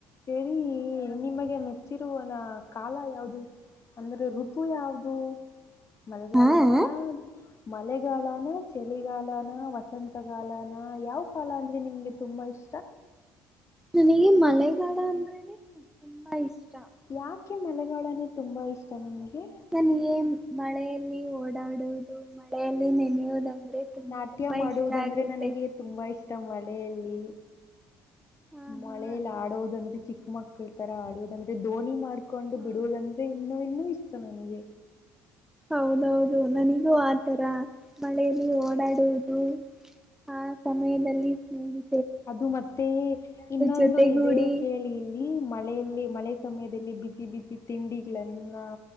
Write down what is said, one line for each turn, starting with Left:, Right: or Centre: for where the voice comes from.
Left: ಸರಿ ನಿಮಗೆ ಮೆಚ್ಚಿರುವನ ಕಾಲ ಯಾವದು ಅಂದ್ರೆ ಋತು ಯಾವದು ಮಳೆಗಾಲನ
Centre: ಹಾ
Left: ಮಳೆಗಾಲನ ಚಳಿಗಾಲನ ವಸಂತಗಾಲನ ಯಾವ ಕಾಲ ಅಂದರೆ ನಿಮಗೆ ತುಂಬ ಇಷ್ಟ
Centre: ನನಗೆ ಮಳೆಗಾಲ ಅಂದ್ರೇನೆ ತುಂಬಾ ಇಷ್ಟ
Left: ಯಾಕೆ ಮಳೆಗಾಲನೆ ತುಂಬಾ ಇಷ್ಟ ನಿಮ್ಗೆ
Centre: ನನಗೆ ಮಳೆಯಲ್ಲಿ ಓಡಾಡುವುದು ಮಳೆಯಲ್ಲಿ ನೆನೆಯುವುದಂದ್ರೆ ತುಂಬಾ
Left: ನಾಟ್ಯ
Centre: ತುಂಬಾ
Left: ಮಾಡುವುದಂದ್ರೆ
Centre: ಇಷ್ಟ ಆಗುತ್ತೆ
Left: ನನಗೆ ತುಂಬಾ ಇಷ್ಟ ಮಳೆಯಲ್ಲಿ
Centre: ಹಾ
Left: ಮಳೇಲಿ
Centre: ಹಾ
Left: ಆಡೋದಂದ್ರೆ ಚಿಕ್ಕ ಚಿಕ್ಕ ಮಕ್ಕಳ ತರ ಆಡುವುದಂದ್ರೆ ದೋಣಿ ಮಾಡ್ಕೊಂಡು
Centre: ಹಾ
Left: ಬಿಡುವುದಂದ್ರೆ ಇನ್ನೂ ಇನ್ನೂ ಇಷ್ಟ ನನಗೆ
Centre: ಹೌದೌದು ನನಿಗೂ ಆತರ ಮಳೆಯಲ್ಲಿ ಓಡಾಡುವುದು ಹ ಸಮಯದಲ್ಲಿ ಸ್ನೇಹಿ
Left: ಅದು ಮತ್ತೆ ಇನ್ನೊಂದು
Centre: ಜೊತೆಗೂಡಿ
Left: ಇದೆ ಕೇಳಿಲ್ ಮಳೆಯಲ್ಲಿ ಮಳೆ ಸಮಯದಲ್ಲಿ ಬಿಸಿ ಬಿಸಿ ತಿಂಡಿಗಳನ್ನ